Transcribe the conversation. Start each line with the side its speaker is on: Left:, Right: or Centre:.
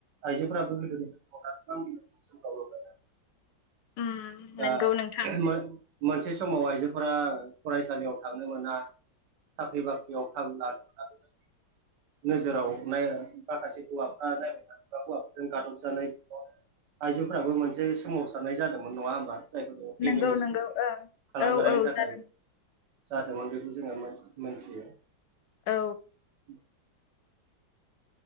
Right: आइजोफोराबो गोदोनि <unintelligible>
Left: <inaudible>
Right: दा
Left: नंगौ नोंथां
Right: मा मोनसे समाव आइजोफोरा फरायसालियाव थांनो मोना साख्रि बाख्रियाव खाबु लानो मोना बेबादि।
Left: <inaudible>
Right: नोजोराव नायो माखासे हौवाफ्रा नायबाय थोनोबा हौवाफोरजों गादबजानाय <unintelligible> आइजोफोराबो मोनसे सोमावसारनाय जादोंमोन। नङा होमबा? जायखौ जोङो फेमिनिसम
Left: नंगौ नंगौ ओं
Right: खालामजानायनि
Left: औ औ
Right: थाखाय
Left: जादों
Right: जादोंमोन बेखौ जोङो मोनथि मोनथियो।
Left: औ।
Right: <inaudible>